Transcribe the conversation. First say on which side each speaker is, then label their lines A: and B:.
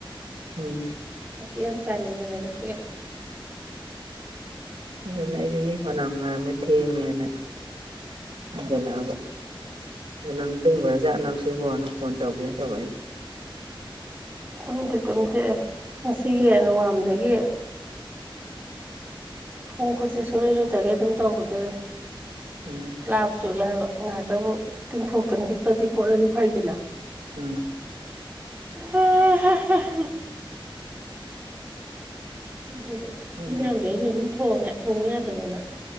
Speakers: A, on the right (about 80°); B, on the right (about 20°).
A: ꯎꯝ
B: ꯌꯥꯝ ꯁꯥꯅꯤꯡ ꯃꯅꯦꯗꯠꯇꯨ ꯌꯥ
A: ꯎ ꯑꯗꯨ ꯑꯩꯁꯨ ꯃꯤ ꯐꯅꯥ ꯉꯔꯝꯃꯦ ꯊꯦꯡꯉꯦꯅ ꯐꯖꯜꯂꯛꯑꯕ ꯑꯗ ꯅꯪ ꯇꯨꯝꯈ꯭ꯔꯥ ꯆꯠꯂꯝꯕꯁꯤꯕꯣ ꯅꯪ ꯐꯣꯟ ꯇꯧꯒꯦꯅ ꯇꯧꯕ ꯑꯩ
B: ꯇꯨꯝꯗꯦ ꯇꯨꯝꯗꯦ ꯉꯁꯤꯒꯤ ꯅꯣꯡꯉꯥꯝꯗꯒꯤ ꯈꯣꯡ ꯈꯨꯣꯠꯁ ꯁꯨꯂꯣꯏ ꯂꯣꯏꯇꯒꯦ ꯑꯗꯨꯝ ꯇꯧꯕꯗꯨꯗ
A: ꯎꯝ
B: ꯂꯥꯛꯞꯁꯨ ꯌꯥ ꯍꯥꯏꯕ ꯉꯥꯏꯍꯥꯛꯇꯕꯨ ꯇꯤꯡꯊꯣꯛꯇꯅ ꯍꯤꯠꯄꯗꯤ ꯈꯣꯠꯂꯗꯤ ꯐꯩꯗꯅ
A: ꯎꯝ
B: ꯎꯝ ꯑꯗꯨꯗ
A: ꯈꯪꯗꯦ
B: ꯏꯤꯟꯖꯥꯡꯗꯣ ꯑꯩꯅ ꯑꯗꯨꯝ ꯊꯣꯡꯉꯦ ꯊꯣꯡꯕ ꯌꯥꯗꯗꯅ